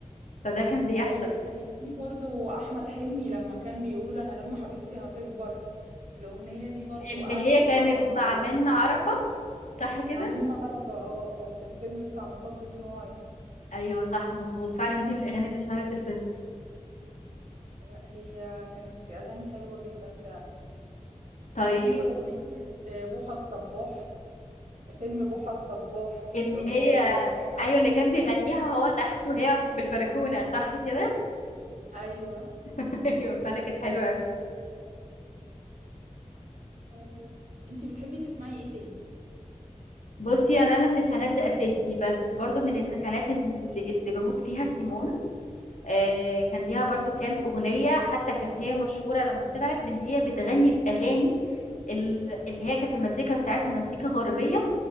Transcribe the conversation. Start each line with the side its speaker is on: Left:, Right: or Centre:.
Left: فده كان بيحصل
Right: ايوه كانت في برضو احمد حلمي لما كان بيقول انا لما حبيبتي هتكبر الاغنية دي برضو
Left: اللي
Right: قعدت
Left: هي كانت
Right: فترة معلقة
Left: مع منة عرفة صح كده؟
Right: مع منة عرفة اه او في الفيلم بتاع مطب صناعي
Left: أيوه صح مظبوط فعلا دي من الأغاني اللي شهرت الفيلم
Right: لا هي كانت اغاني حلوة جدا فعلا
Left: طيب
Right: وفي أغنية بوحة الصباح فيلم بوحة الصباح
Left: اللي
Right: الأغنية
Left: هي
Right: اللي غناها
Left: ايوه اللي كان بيغنيها هو تحت وهي في البلكونه صح كده
Right: أيوة
Left: <laughs> ايوه فانا كانت حلوه قوي
Right: مم. انتي بتحبي تسمعي ايه تاني
Left: بصي انا انا التسعينات ده اساسي بس برضو من التسعينات اللي, اللي بموت فيها سيمون آه كان ليها برضو كام اغنيه حتى كانت هي مشهوره لما طلعت بان هي بتغني الاغاني ال- اللي هي كانت المزيكا بتاعتها مزيكا غربيه